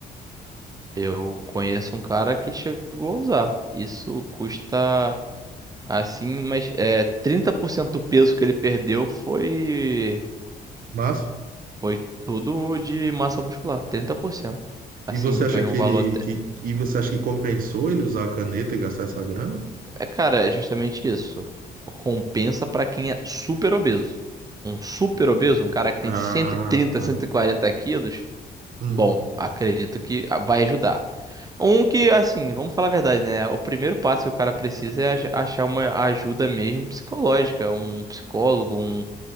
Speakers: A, on the right; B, on the right.
A: eu conheço um cara que chegou a usar. Isso custa Assim, mas é, trinta por cento do peso que ele perdeu foi
B: Mas,
A: foi tudo de massa muscular, 30%,
B: e
A: Assim,
B: você
A: foi
B: acha que
A: um valor
B: ele
A: até...
B: que e você acha que compensou ele usar a caneta e gastar essa grana?
A: É, cara, é justamente isso. Compensa pra quem é super obeso. Um super obeso, um cara que tem
B: Ah,
A: cento cento e trinta
B: tá.
A: cento e quarenta quilos,
B: Hum,
A: bom, acredito que vai ajudar. Um que, assim, vamos falar a verdade, né? O primeiro passo que o cara precisa é ach- achar uma ajuda mesmo psicológica, um psicólogo, um